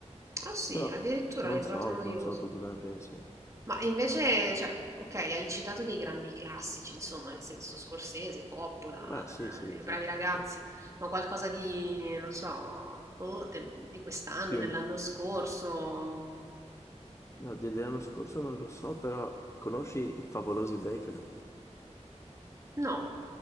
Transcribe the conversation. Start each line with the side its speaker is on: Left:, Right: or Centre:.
Right: Ah sì,
Left: Però
Right: addirittura
Left: non
Right: l'hai trovato
Left: so,
Right: noioso.
Left: non so tu cosa ne pensi.
Right: Ma invece, cioè, ok, hai citato dei grandi classici, insomma, nel senso Scorsese, Coppola,
Left: Beh, sì, sì,
Right: eh,
Left: esatto.
Right: I bravi ragazzi,
Left: sì.
Right: ma qualcosa di, non so, boh, del- di quest'anno,
Left: Più,
Right: dell'anno scorso?
Left: No, dell'anno scorso non lo so, però conosci I Favolosi Baker?
Right: No.